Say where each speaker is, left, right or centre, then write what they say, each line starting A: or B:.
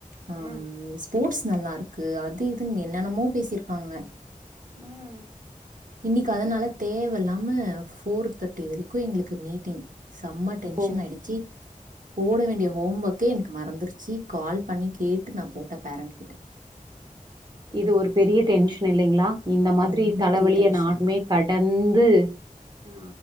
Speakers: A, on the right; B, on the right.
A: அம்
B: ம்,
A: ஸ்போட்ஸ் நல்லா இருக்கு அது இதுன் என்னென்னமோ பேசிருக்காங்க.
B: ம்
A: இன்னிக்கு அதனால தேவ இல்லாம ஃபோர் தட்டி வரைக்கு எங்குளுக்கு மீட்டிங். சம்ம டென்ஷன்
B: ஓ!
A: ஆயிடுச்சி. போட வேண்டிய ஹோம் ஒக்கே எனக்கு மறந்துருச்சி கால் பண்ணி கேட்டு நா போட்டே பேரண்ட் கிட்ட.
B: இது ஒரு பெரிய டென்ஷ்ன் இல்லிங்ளா? இந்த மாதிரி
A: ரொம்ப
B: தலவலிய
A: பெரிய டென்ஷன்.
B: நானுமே கடந்து ஆ